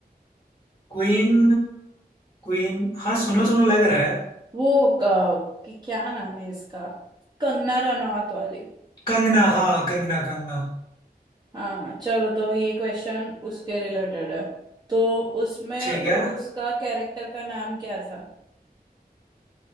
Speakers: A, on the left; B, on the right.
A: क्वीन क्वीन हाँ सुनो सुनो लग रहा है
B: वो क- कि क्या नाम है इसका कंगना रनौत वाली
A: कंगना हाँ कंगना कंगना
B: हाँ चलो तो ये क्वेश्चन उसके रिलेटेड है तो उसमें
A: ठीक
B: वो
A: है
B: उसका कैरेक्टर का नाम क्या था